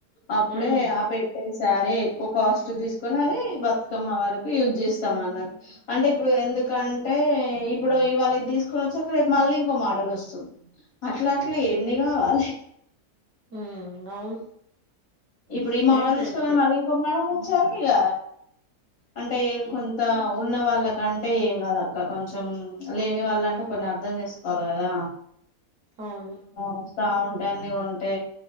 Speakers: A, on the left; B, on the right.
A: అప్పుడే
B: హ్మ్.
A: ఆ పెట్టెస్ సరే ఎక్కువ కాస్ట్ తీసుకొని అది బతుకమ్మ వరకు యూజ్ జేస్తాం అన్నట్ అంటే ఇప్పుడు ఎ ఎందుకంటే ఇప్పుడు ఇవాళ ఇది తీసుకొవచ్చ రేపు మళ్ళీ ఇంకో మోడల్ వస్తుం అట్లా అట్ల ఎన్ని గావాలె
B: ఉ అవును
A: ఇప్పుడు ఈ మోడల్
B: అది కరెక్టే.
A: తీసుకోగాని మళ్ళీ ఇంకో మోడల్ వచ్చారుకి ఇగ అంటే కొ ఉన్న వాళ్ళకంటే ఏం కద ఇంకా కొంచెం లేని వాళ్ళంటే కొన్ని అర్థం చేసుకోవాల్ల కదా
B: అవును.
A: వస్తా ఉంటే అన్ని కొంటే